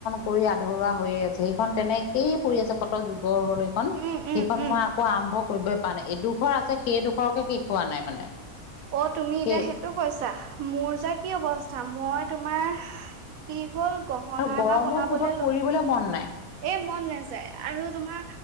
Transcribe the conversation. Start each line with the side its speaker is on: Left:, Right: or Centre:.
Left: কৰি আধৰুৱা হৈয়ে আছে সেইখন তেনেকেই পৰি আছে কট যুগ গড় হ'ল সেইখন,
Right: উম, উম,
Left: সেইখন
Right: উম।
Left: মই আকৌ আৰম্ভ কৰিবই পৰা নাই এডোখৰ আছে সেইডোখৰকে শেষ হোৱা নাই মানে
Right: অ তুমি এতিয়া
Left: সেই
Right: সেইটো কৈছা মোৰ যে কি অৱস্থা মই তোমাৰ কি হ'ল গহনা
Left: আৰু গৰমৰ
Right: এটা বনাবলে
Left: কোবত
Right: ল
Left: কৰিবলৈ মন নাই
Right: এই মন নাই আৰু তোমাৰ